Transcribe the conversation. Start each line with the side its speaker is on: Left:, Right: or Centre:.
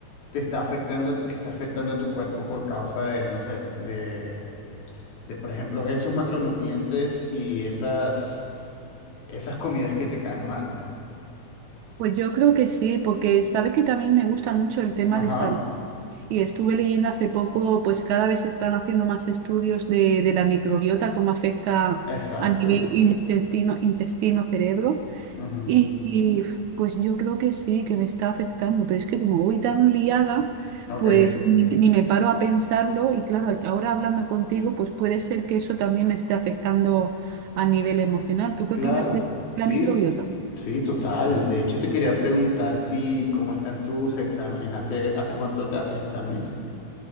Left: te está afectando, está afectando a tu cuerpo por causa de, no sé, de, de por ejemplo, esos macronutrientes y esas, esas comidas que te caen mal, ¿no?
Right: Pues yo creo que sí, porque sabes que también me gusta mucho el tema
Left: Ajá,
Right: de salud Y estuve leyendo hace poco, pues cada vez se están haciendo más estudios de, de la microbiota, cómo afecta
Left: exacto.
Right: a nivel intestino, intestino, cerebro.
Left: Ujú,
Right: Y, y, pues yo creo que sí, que me está afectando, pero es que como voy tan liada,
Left: Ok,
Right: pues ni, ni me paro a pensarlo. Y claro, ahora hablando contigo, pues puede ser que eso también me esté afectando a nivel emocional. ¿Tú qué
Left: claro.
Right: opinas de
Left: Sí,
Right: la microbiota?
Left: Sí, total. De hecho, te quería preguntar si cómo están tus exámenes. ¿Hace, hace cuánto te haces exámenes?